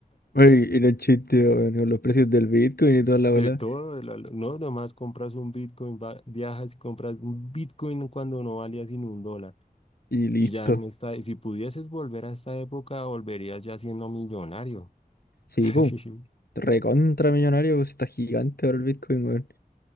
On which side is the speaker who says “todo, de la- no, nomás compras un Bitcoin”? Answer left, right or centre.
Left